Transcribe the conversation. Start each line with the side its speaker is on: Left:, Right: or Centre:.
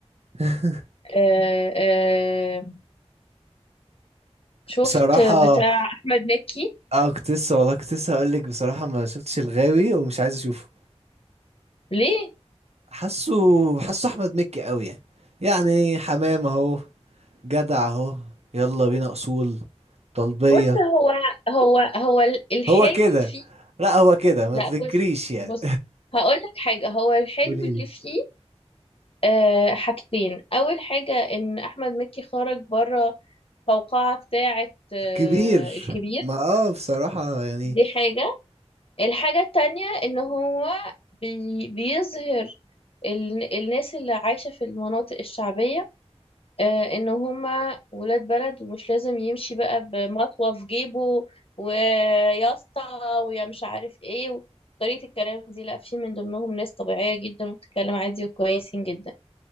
Right: <laughs>
Left: آه آه شفت
Right: بصراحة
Left: بتاع احمد مكي
Right: اه كنت لسه والله كنت لسه هقول لك بصراحة ما شفتش الغاوي ومش عايز اشوفه
Left: ليه
Right: حاسه حاسه احمد مكي قوي يعني يعني حمام اهو جدع اهو يلا بينا اصول طلبية
Left: بص هو هو هو ال- الحلو
Right: هو كده
Left: فيه
Right: لا هو كده ما
Left: لا
Right: تنكريش
Left: بص
Right: يعني
Left: بص هقول لك حاجة هو الحلو
Right: <laughs> قوليلي
Left: اللي فيه آه حاجتين أول حاجة إن أحمد مكي خرج بره القوقعة بتاعة آه
Right: كبير
Left: الكبير
Right: ما اه بصراحة يعني
Left: دي حاجة الحاجة التانية ان هو بي بيظهر ال- الناس اللي عايشة في المناطق الشعبية آه، ان هما ولاد بلد ومش لازم يمشي بقى بمطوة في جيبه وياسطة ويا مش عارف ايه وطريقة الكلام دي لا في من ضمنهم ناس طبيعية جدا وبتتكلم عادي وكويسين جدا